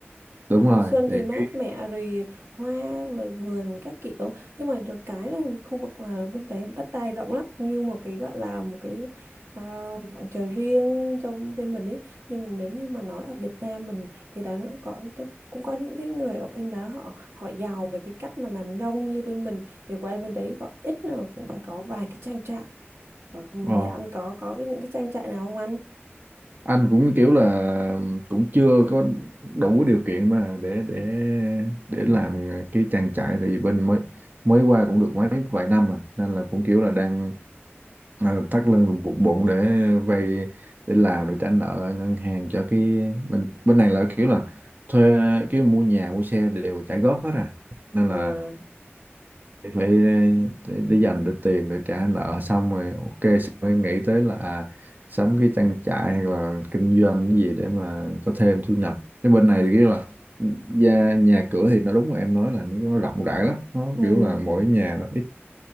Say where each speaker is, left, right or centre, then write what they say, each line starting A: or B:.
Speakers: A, on the right (about 40°); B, on the right (about 65°).
A: đúng
B: Mùa
A: rồi
B: xuân thì
A: thì
B: mát
A: cái
B: mẻ rồi hoa rồi vườn các kiểu nhưng mà được cái là khu vực mà bên đấy đất đai rộng lắm như một cái gọi là một cái à, khoảng trời riêng cho bên mình ấy nhưng mà nếu như mà nói ở Việt Nam mình thì đã nó có những cái cũng có những cái người ở bên đó họ họ giàu về cái cách mà làm nông như bên mình thì qua bên đấy có ít nào cũng phải có vài cái trang trại ở nhà
A: ờ,
B: anh có có cái những cái trang trại nào không anh
A: anh cũng kiểu là cũng chưa có đủ điều kiện mà để để để làm cái trang trại tại vì bên mới mới qua cũng được mấy vài năm mà nên là cũng kiểu là đang à, thắt lưng rồi buộc bụng để vay để làm để trả nợ ở ngân hàng cho cái mình bên này là kiểu là thuê cái mua nhà mua xe đều trả góp hết à nên
B: À,
A: là phải phải để, để dành để tiền để trả nợ xong rồi ok xong mới nghĩ tới là à, sắm cái trang trại hay là kinh doanh cái gì để mà có thêm thu nhập chứ bên này thì kiểu là gia, nhà cửa thì nó đúng là em nói là nó rộng rãi lắm nó
B: ừ
A: kiểu là mỗi nhà nó ít